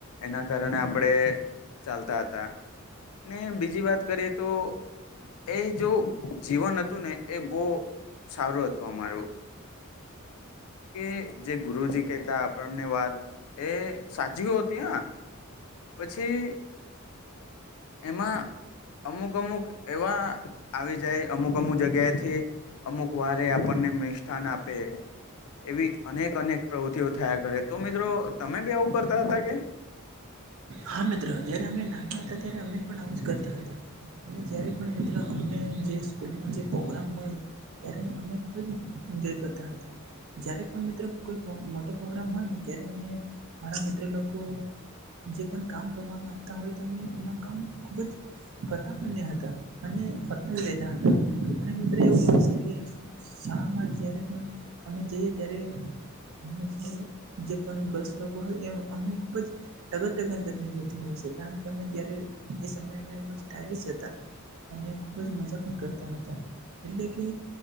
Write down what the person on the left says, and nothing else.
એના કારણે આપડે ચાલતા હતા. ને બીજી વાત કરીએ તો એ જો જીવન હતું ને એ બહુ સારું હતું અમારું. કે જે ગુરુજી કેતા આપણને વાત એ સાચ હતી હા, પછી એમાં અમુક અમુક એવા આવી જાય અમુક અમુક જગ્યાએથી અમુક વારે આપણને મિષ્ઠાન આપે એવી અનેક અનેક પ્રવૃતિઓ થયા કરે તો મિત્રો તમે બી આવું કરતા હતા કે